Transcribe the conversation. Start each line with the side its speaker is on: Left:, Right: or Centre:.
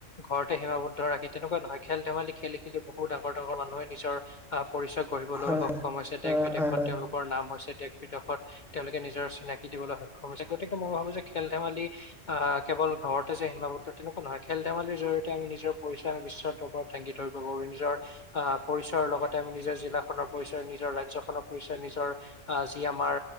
Left: ঘৰতে সীমাবদ্ধ ৰাখে তেনেকুৱা নহয় খেল ধেমালি খেলি বহুত ডাঙৰ ডাঙৰ মানুহে নিজৰ আ, পৰিচয় গঢ়িবলৈ
Centre: হয়
Left: সক্ষম হৈছে,
Centre: হয়
Left: দেশ বিদেশত
Centre: হয়
Left: তেওঁলোকৰ নাম হৈছে। দেশ বিদেশত তেওঁলোকে নিজৰ চিনাকি দিবলৈ সক্ষম হৈছে, গতিকে মই ভাবো যে খেল ধেমালি আ, কেৱল ঘৰতে যে সীমাবদ্ধ তেনেকুৱা নহয়, খেল ধেমালিৰ জৰিয়তে আমি নিজৰ পৰিচয় আমি বিশ্বৰ দৰবাৰত ডাঙি ধৰি ব' পাৰিম। নিজৰ আ, পৰিচয়ৰ লগতে আমি নিজৰ জিলাখনৰ পৰিচয়, নিজৰ ৰাজ্যখনৰ পৰিচয়, নিজৰ আ, যি আমাৰ